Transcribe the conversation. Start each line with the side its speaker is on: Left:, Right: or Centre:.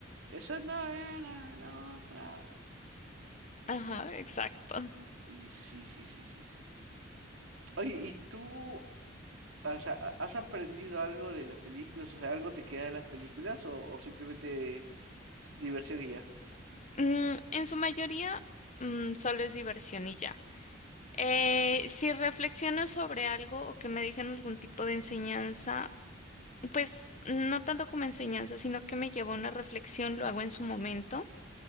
Right: Esa no era la otra.
Left: Ajá, exacto.
Right: Y sí, sí, sí, sí, sí. Oye, ¿y tú, o sea, ha- has aprendido algo de las películas? O sea, ¿algo te queda de las películas o, o simplemente diversión y ya?
Left: Mm, en su mayoría, mm, solo es diversión y ya. Eh, si reflexiono sobre algo o que me dejen algún tipo de enseñanza, pues no tanto como enseñanza, sino que me lleva a una reflexión, lo hago en su momento,